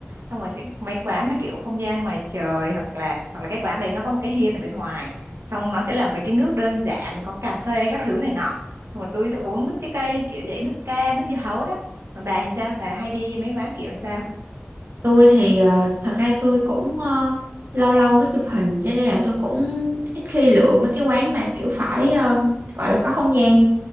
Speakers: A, on the right (about 80°); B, on the right (about 55°).
A: xong rồi sẽ mấy quán mà kiểu không gian ngoài trời hoặc là hoặc là cái quán đấy nó có một cái hiên ở bên ngoài xong nó sẽ làm mấy cái nước đơn giản có cà phê các thứ này nọ Xong rồi tôi sẽ uống nước trái cây kiểu vậy nước cam nước dưa hấu đó còn bà thì sao bà hay đi mấy quán kiểu sao
B: tôi thì ờ, thật ra tôi cũng ờ, lâu lâu mới chụp hình cho nên là tôi cũng ít khi lựa mấy cái quán mà kiểu phải ờ, gọi là có không gian